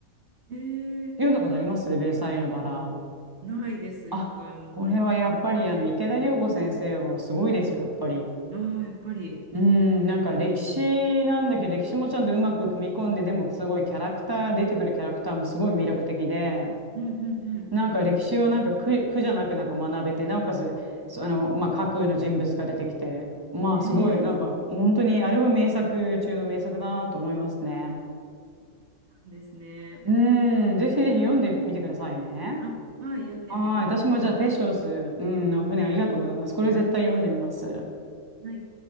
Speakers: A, on the right; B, on the right.
A: えー、
B: 読んだことありますベルサイユのバラ。
A: ないです、
B: あ、
A: 一回も。
B: これはやっぱりあの池田涼子先生はすごいですよ、やっぱり。
A: ああ、やっぱり。
B: うーん、なんか歴史なんだけど、歴史もちゃんとうまく組み込んで、でもすごいキャラクター、出てくるキャラクターもすごい魅力的で、
A: うんうん
B: なんか歴史をなんか苦、苦じゃなくなんか学べて、なおかつ、そあの、まあ、架空の人物が出てきて、まあすごい、
A: うん。えー、
B: なんか本当にあれは名作中の名作だなと思いますね。
A: そうなんですね。
B: うーん、ぜひぜひ読んでみてくださいね。
A: あ、はい、読んでみます。
B: はい。私もじゃあ、ペショス、うん、の船ありがとうございます。これ絶対読んでみます。
A: はい。